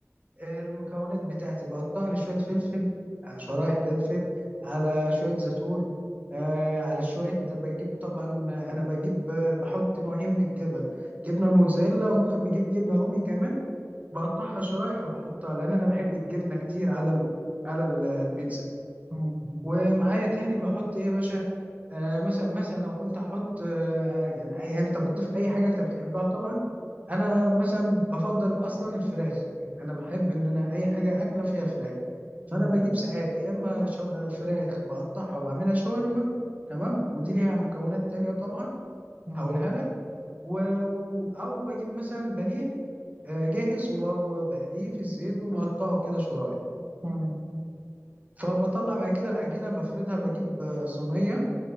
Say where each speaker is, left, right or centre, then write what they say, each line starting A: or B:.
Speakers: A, on the right; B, on the right.
A: المكونات بتاعتي بقطع لي شويه فلفل آه، شرايح فلفل على شويه زيتون آه، على شويه بجيب طبعا انا بجيب آه، بحط نوعين من الجبن جبنه موتزاريلا وممكن بجيب جبنه رومي كمان بقطعها شرايح وبحطها لان انا بحب الجبنه كتير على ال- على ال- البيتزا
B: مم.
A: ومعايا تاني بحط ايه يا باشا آه مثلا مثلا لو كنت هحط آه آه، يعني أي- انت بتضيف اي حاجه انت بتحبها طبعا انا مثلا بفضل اصلا الفراخ يعني انا بحب ان انا اي حاجه اكله فيها فراخ فانا
B: مم.
A: بجيب ساعات يا اما شو... آه، فراخ بقطعها وبعملها شاورما تمام ودي ليها مكونات تانية طبعا
B: مم.
A: هقولها لك و... و- او بجيب مثلا بانيه آه، جاهز وب- وبقليه في الزيت وبقطعه كده شرايح
B: مم.
A: فبطلع بعد كده العجينه بفردها بجيب آه، صينيه